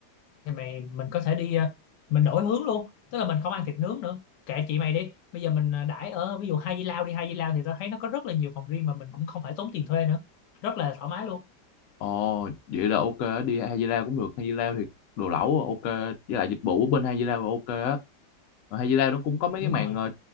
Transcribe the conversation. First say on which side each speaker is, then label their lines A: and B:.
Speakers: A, on the left; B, on the left.
A: thì mày mình có thể đi ờ, mình đổi hướng luôn tức là mình không ăn thịt nướng nữa kệ chị mày đi bây giờ mình ờ, đãi ở ví dụ Hai Di Lao đi Hai Di Lao thì tao thấy nó có rất là nhiều phòng riêng mà mình cũng không phải tốn tiền thuê nữa rất là thoải mái luôn
B: ồ vậy là ok á, đi Hai Di Lao cũng được Hai Di Lao thì đồ lẩu ok với lại dịch vụ ở bên Hai Di Lao là ok á Ở Hai Di Lao nó cũng có mấy
A: đúng
B: cái màn
A: rồi
B: ờ,